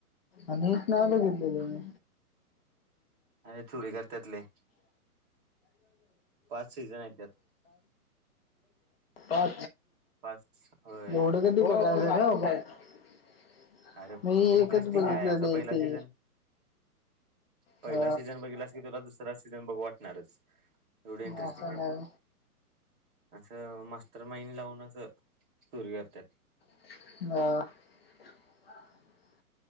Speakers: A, on the left; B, on the right.
A: आणि नाय बघितलेलं
B: अरे चोरी करत्यात लय पाच सीझन आहेत त्यात
A: का
B: पाच होय
A: एवढं कधी <unintelligible>
B: अरे
A: मी
B: इंटरेस्टिंग
A: एकच बघितलेले
B: आहे असा पहिला
A: ते
B: सीझन पहिला
A: अ
B: सीझन बघितलास की तुला दुसरा सीझन बघू वाटणारच एवढं इंटरेस्टिंग
A: असं आणि
B: आहे
A: हाय
B: असं मास्तर माइंड लावून असं चोरी करतात
A: ह